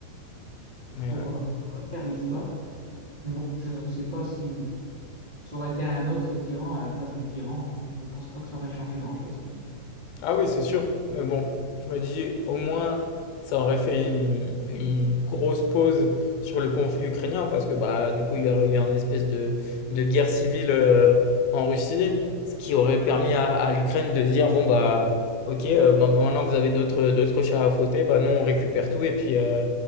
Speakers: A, on the left; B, on the right.
A: Ouais,
B: pour
A: ouais.
B: euh, refaire l'histoire. Mais bon, je ne sais pas si ça aurait été un autre tyran à la place du tyran. hein. Je pense pas que ça aurait changé grand-chose au final.
A: Ah oui, c'est sûr. Mais bon, je me dis, au moins, ça aurait fait une, une grosse pause sur le conflit ukrainien parce que bah, du coup, il y aurait eu une espèce de, de guerre civile euh, en Russie, ce qui aurait permis à, à l'Ukraine de dire, bon, bah, ok, euh, bah, bah, maintenant que vous avez d'autres, d'autres chats à fouetter, bah, nous, on récupère tout et puis, euh,